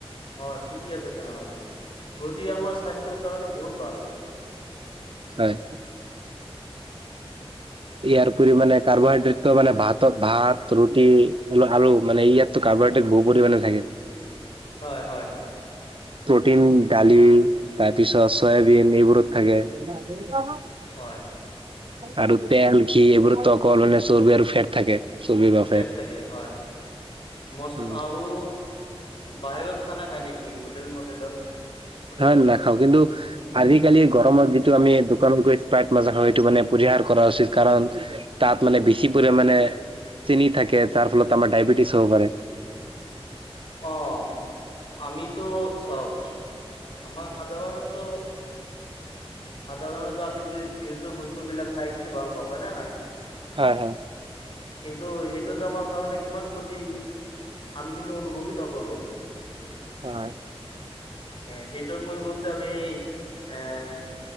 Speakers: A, on the left; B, on the right.
A: অ ঠিকে আছে তেনেহ'লে ৰুটি আমাৰ স্বাস্থ্যৰ কাৰণে বহুত ভাল।
B: হয়। ইয়াৰ উপৰি মানে কাৰ্বহাইড্ৰেট মানে ভাতত ভাত ৰুটি আৰু মানে ইয়াত কাৰ্বহাইড্ৰেট বহু পৰিমাণে থাকে।
A: হয় হয়
B: প্ৰ'টিন ডালি তাৰপিছত চয়াবিন এইবোৰত থাকে। <unintelligible>
A: হয়।
B: আৰু তেল, ঘি এইবোৰতটো অকল মানে চৰ্বি আৰু ফেট থাকে। চৰ্বি বা
A: ফেট থাকে হয়। মচ
B: উম
A: আলু বাহিৰত খানা খায় নেকি হোটেল মোটেলত? হোটেলত
B: নাই নাখাওঁ কিন্তু আজিকালি গৰমত যিটো আমি দোকানত গৈ স্পাইট মাজা খাওঁ সেইটো মানে পৰিহাৰ কৰা উচিত কাৰণ তাত মানে বেছি পৰিাণে চেনি থাকে যাৰ ফলত আমাৰ ডায়বেটিছ হ'ব পাৰে।
A: অ' আমিতো চাওক আমাৰ সাধাৰণতো সাধাৰণতে আমি যে ফিউজৰ বস্তু বিলাক খাই কিিনি ভাল পাওঁ হয় নে নাই
B: হয় হয়
A: কিন্তু সেইটো যোমাৰ কাৰণে কিমান ক্ষতি আমি কিন্তু অনুভৱ নকৰো
B: হয়
A: আহ সেইটোৰ পৰিৱৰ্তে আমি এ